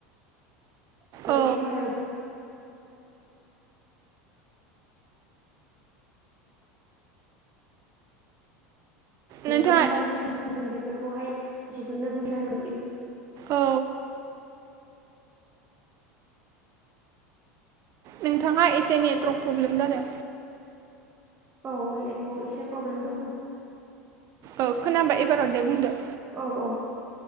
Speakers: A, on the right (about 30°); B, on the right (about 45°).
A: आरो
B: औ
A: इरमायर। <unintelligible>
B: नोंथाङा
A: मारैनायनो नांगौ जों बेफोरखौ खौहाय। सिफोरनो बुजिनांगोन।
B: औ नोंथाङहा एसे नेटद्रब प्रब्लेम जादों।
A: औ नेटवर्क एसे प्रब्लेम दङ।
B: औ खोनाबा एबाराव दे बुंदो।
A: औ औ।